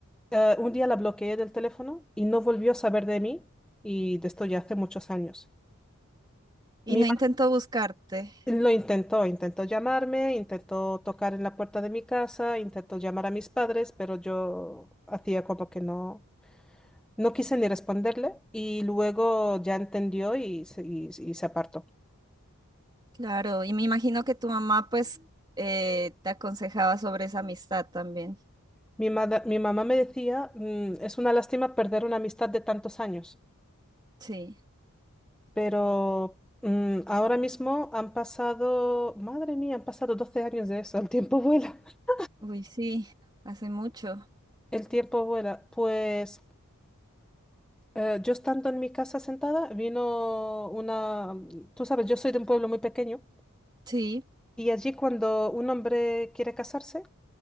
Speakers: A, in the centre; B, on the right (about 20°).
A: eh, un día la bloqueé del teléfono y no volvió a saber de mí y de esto ya hace muchos años.
B: Y
A: Mi
B: no intento buscarte,
A: madre lo intentó, intentó llamarme, intentó tocar en la puerta de mi casa, intentó llamar a mis padres, pero yo hacía como que no, no quise ni responderle y luego ya entendió y, se- y, y se apartó.
B: claro. Y me imagino que tu mamá, pues, eh, te aconsejaba sobre esa amistad también.
A: Mi, mada- mi mamá me decía, "Mm, es una lástima perder una amistad de tantos años.
B: Sí.
A: Pero mm, ahora mismo han pasado, madre mía, han pasado 12 años de eso, el tiempo vuela. <laughs>
B: Uy, sí, hace mucho.
A: El tiempo vuela. Pues eh, yo estando en mi casa sentada, vino una, tú sabes, yo soy de un pueblo muy pequeño
B: Sí.
A: y allí cuando un hombre quiere casarse,